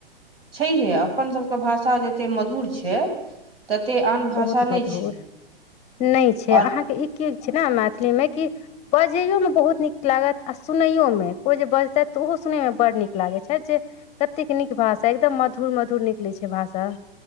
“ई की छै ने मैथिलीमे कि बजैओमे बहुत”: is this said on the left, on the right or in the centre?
Left